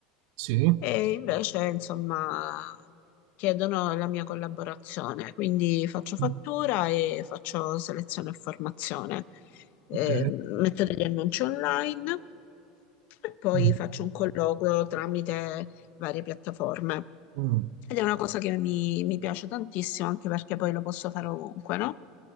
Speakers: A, on the right (about 65°); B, on the left (about 55°).
A: Sì.
B: e invece, insomma, chiedono la mia collaborazione, quindi faccio fattura
A: Mm.
B: e faccio selezione e formazione. Eh,
A: Ok.
B: metto degli annunci online e poi
A: Mm.
B: faccio un colloquio tramite varie piattaforme.
A: Mm.
B: Ed è una cosa che mi, mi piace tantissimo, anche perché poi lo posso fare ovunque, no?